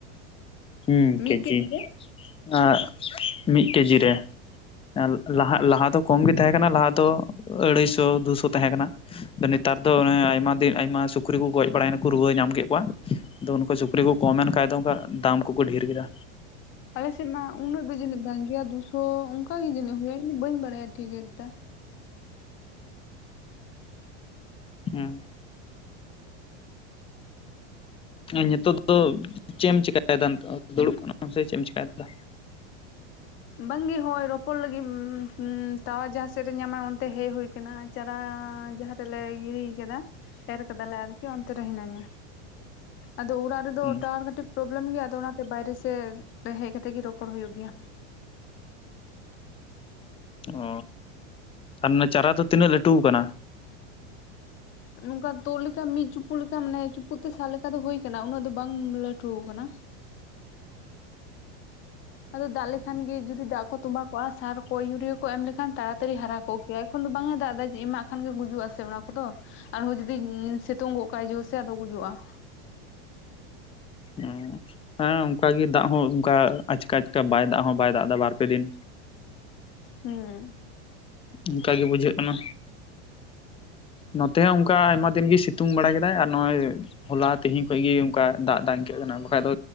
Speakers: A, on the left; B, on the left.
A: ᱦᱩᱸ
B: ᱢᱤᱫ
A: ᱠᱮᱡᱤ
B: ᱨᱮ
A: ᱟᱨ ᱢᱤᱫ ᱠᱮᱡᱤ ᱨᱮ ᱞᱟ ᱞᱟᱦᱟ ᱞᱟᱦᱟ ᱫᱚ ᱠᱚᱢ ᱜᱮ ᱛᱟᱦᱮᱸ ᱠᱟᱱᱟ ᱞᱟᱦᱟ ᱫᱚ ᱟᱹᱲᱟᱹᱭᱥᱚ ᱫᱩᱥᱚ ᱛᱟᱦᱮᱸ ᱠᱟᱱᱟ ᱾ ᱱᱮᱛᱟᱨ ᱫᱚ ᱟᱭᱢᱟ ᱫᱤᱱ ᱟᱭᱢᱟ ᱥᱩᱠᱨᱤ ᱠᱚ ᱜᱚᱡ ᱵᱟᱲᱟᱭᱱᱟᱠᱚ ᱨᱩᱣᱟᱹ ᱧᱟᱢ ᱠᱮᱫ ᱠᱚᱣᱟ ᱾ ᱟᱫᱚ ᱩᱱᱠᱩ ᱥᱩᱠᱨᱤ ᱠᱚ ᱠᱚᱢᱮᱱ ᱠᱷᱟᱡ ᱫᱚ ᱚᱱᱠᱟ ᱫᱟᱢ ᱠᱚᱠᱚ ᱰᱷᱮᱨ ᱠᱮᱫᱟ᱾
B: <inaudible> ᱟᱞᱮᱥᱮᱫ ᱢᱟ ᱩᱱᱟᱹᱜ ᱵᱤᱡᱞᱤ ᱫᱟᱜ ᱜᱮᱭᱮ ᱫᱩᱥᱚ ᱚᱱᱠᱟ ᱜᱮ ᱡᱟᱹᱱᱤᱡ ᱦᱩᱭᱩᱱ ᱤᱧ ᱫᱚ ᱵᱟᱹᱧ ᱵᱟᱲᱟᱭᱟ ᱴᱷᱤᱠ ᱮᱠᱴᱟ᱾
A: <inaudible> ᱱᱤᱛᱚᱜ ᱫᱚ ᱪᱮᱜ ᱮᱢ ᱪᱤᱠᱟᱭᱫᱟ ᱱᱤᱛᱚᱜ ᱫᱩᱲᱩᱵ ᱠᱟᱱᱟᱢ ᱥᱮ ᱪᱮᱜ ᱮᱢ ᱪᱤᱠᱟᱭ ᱫᱟ?
B: ᱵᱟᱝᱜᱮ ᱦᱚᱭ ᱨᱚᱯᱚᱲ ᱞᱟᱹᱜᱤᱫ ᱴᱟᱣᱟᱨ ᱡᱟᱦᱟᱸ ᱥᱮᱫ ᱨᱮ ᱧᱟᱢᱟᱭ ᱚᱱᱛᱮ ᱦᱮᱡ ᱦᱩᱭ ᱠᱟᱱᱟ᱾ ᱪᱟᱨᱟ ᱡᱟᱦᱟᱸ ᱨᱮᱞᱮ ᱜᱤᱨᱤ ᱠᱟᱫᱟ ᱮᱨ ᱠᱮᱫᱟᱞᱮ ᱟᱨᱠᱤ ᱚᱱᱛᱮ ᱨᱮ ᱦᱤᱱᱟᱹᱧᱟ᱾ ᱟᱫᱚ ᱚᱲᱟᱜ ᱨᱮᱫᱚ
A: ᱦᱩᱸ
B: ᱴᱟᱣᱟᱨ ᱠᱟᱹᱴᱤᱡ ᱯᱨᱚᱵᱞᱮᱢ ᱜᱮᱭᱟ ᱟᱫᱚ ᱚᱱᱟᱛᱮ ᱵᱟᱭᱨᱮ ᱥᱮᱫ ᱨᱮ ᱦᱮᱡ ᱠᱟᱛᱮ ᱜᱮ ᱨᱚᱯᱚᱲ ᱦᱳᱭᱳᱜ ᱜᱮᱭᱟ᱾
A: ᱚ ᱟᱨ ᱪᱟᱨᱟ ᱫᱚ ᱛᱤᱱᱟᱹᱜ ᱞᱟᱹᱴᱩ ᱟᱠᱟᱱᱟ?
B: ᱱᱚᱝᱠᱟ ᱛᱩᱫ ᱞᱮᱠᱟ ᱢᱤᱫ ᱪᱩᱯᱩ ᱞᱮᱠᱟ ᱱᱮ ᱪᱩᱯᱩᱫ ᱛᱮ ᱥᱟᱜ ᱞᱮᱠᱟ ᱫᱚ ᱦᱳᱭ ᱠᱟᱱᱟ ᱩᱱᱟᱹᱜ ᱫᱚ ᱵᱟᱝ ᱞᱟᱹᱴᱩ ᱠᱟᱱᱟ᱾ ᱟᱫᱚ ᱫᱟᱜ ᱞᱮᱠᱷᱟᱱ ᱜᱮ ᱡᱩᱫᱤ ᱫᱟᱜ ᱠᱚ ᱛᱚᱸᱵᱟ ᱠᱚᱜᱼᱟ ᱥᱟᱨ ᱠᱚ ᱤᱭᱩᱨᱤᱭᱟᱤᱭᱟᱹ ᱠᱚ ᱮᱢ ᱞᱮᱠᱷᱟᱱ ᱛᱟᱲᱟᱛᱟᱹᱲᱤ ᱦᱟᱨᱟ ᱠᱚᱜ ᱠᱮᱭᱟ ᱮᱠᱷᱚᱱ ᱫᱚ ᱵᱟᱝ ᱮ ᱫᱟᱜ ᱫᱟᱭ ᱮᱢᱟᱠ ᱠᱷᱟᱱ ᱜᱮ ᱜᱩᱡᱩᱜ ᱟ ᱥᱮ ᱚᱱᱟ ᱠᱚᱫᱚ ᱟᱨᱦᱚᱸ ᱡᱩᱫᱤ ᱥᱮᱛᱳᱝ ᱜᱚᱜ ᱠᱟᱜᱟᱭ ᱡᱚ ᱥᱮ ᱟᱫᱚ ᱜᱩᱡᱩᱜᱼᱟ ᱾
A: <unintelligible> ᱦᱮᱸ ᱚᱱᱠᱟ ᱜᱮ ᱫᱟᱜ ᱦᱚᱸ ᱚᱱᱠᱟ ᱟᱪᱠᱟ ᱟᱪᱠᱟ ᱵᱟᱭ ᱫᱟᱜ ᱦᱚᱸ ᱵᱟᱭ ᱫᱟᱜ ᱫᱟ ᱵᱟᱨ ᱯᱮ ᱫᱤᱱ᱾
B: ᱦᱮᱸ
A: ᱚᱱᱠᱟᱜᱮ ᱵᱩᱡᱷᱟᱹᱜ ᱠᱟᱱᱟ᱾ ᱱᱚᱛᱮ ᱦᱚᱸ ᱚᱱᱠᱟ ᱟᱭᱢᱟ ᱫᱤᱱ ᱜᱮ ᱥᱤ ᱛᱩᱝ ᱵᱟᱲᱟ ᱠᱮᱫᱟᱭ ᱟᱨ ᱱᱚᱜ ᱚᱭ ᱦᱚᱞᱟ ᱛᱮᱦᱮᱧ ᱠᱷᱚᱡ ᱜᱮ ᱚᱱᱠᱟ ᱫᱟᱜ ᱫᱟᱭ᱾ ᱤᱱᱠᱟᱹᱜ ᱠᱟᱱᱟ ᱵᱟᱠᱷᱟᱡ ᱫᱚ